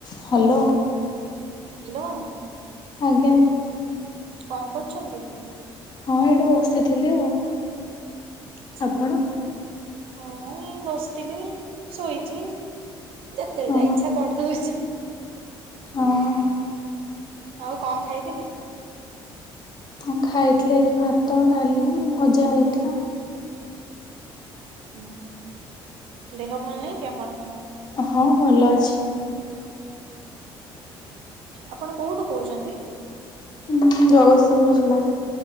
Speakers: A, on the left (about 45°); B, on the right (about 70°).
A: ହ୍ୟାଲୋ।
B: ହ୍ୟାଲୋ।
A: ଆଜ୍ଞା।
B: କଣ କରୁଛନ୍ତି?
A: ହଁ ଏଇଠି ବସିଥିଲି ଆଉ।
B: ଆଛା
A: ଆପଣ?
B: ହଁ ମୁ ବସିଥିଲି ଶୋଇଛି। ଯେତେବେଳେ
A: ହଁ।
B: ଯା ଇଚ୍ଛା କରିଦେଉଛି।
A: ହଁ।
B: ଆଉ କଣ ଖାଇଥିଲେ?
A: ହଁ ଖାଇଥିଲି ଆଜି ଭାତ ଡାଲି ଭଜା ହେଇଥିଲା।
B: ହୁଁ ହୁ ଦେହ ଭଲ ନାହିଁ କି ଆପଣଙ୍କର।
A: ହଁ ଭଲ ଅଛି।
B: ଆପଣ କୋଉଠୁ କହୁଛନ୍ତି?
A: ହୁଁ ଜଗତସିଂ ଜିଲ୍ଲା।